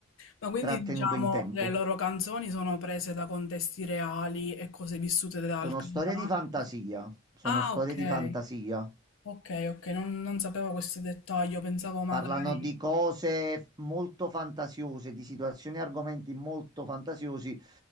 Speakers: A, on the left (about 80°); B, on the right (about 20°).
A: Ma quindi
B: trattenuto
A: diciamo
B: in tempo.
A: le loro canzoni sono prese da contesti reali e cose vissute dal
B: Sono
A: cantante?
B: storie di fantasia, sono
A: Ah,
B: storie
A: ok,
B: di fantasia.
A: ok, ok, non, non sapevo questo dettaglio, pensavo magari...
B: Parlano di cose molto fantasiose, di situazioni e argomenti molto fantasiosi,